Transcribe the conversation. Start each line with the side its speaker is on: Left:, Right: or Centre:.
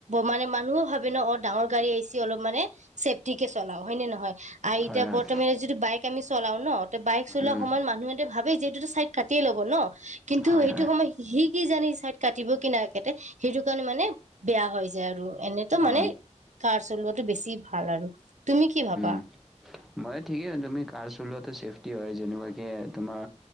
Right: মানে মানুহো ভাবে ন অ ডাঙৰ গাড়ী আহিছে অলপ মানে, ছেফটিকে চলাও হয়নে নহয়। আৰু
Centre: হয়
Right: এতিয়া
Centre: হয়।
Right: বৰ্তমানে যিটো বাইক আমি চলাও ন, তে বাইক চলোৱা
Centre: উম,
Right: সময়ত মানুহঁতে ভাবে যিহেতু এইটো কাটিয়ে ল'ব ন। কিন্তু
Centre: হয়
Right: সেইটো
Centre: হয়।
Right: সময়ত সি কি জানি ছাইড কাটিব কি নাই। তে সেইটো কাৰণে মানে বেয়া হৈ যায় আৰু এনেইতো
Centre: অ,
Right: মানে। কাৰ চলটো বেছি ভাল আৰু তুমি কি ভাবা?
Centre: উম। মই ঠিকেই, তুমি কাৰ চলোৱাটো চেফটি হয় যেনেকুৱাকে তোমাৰ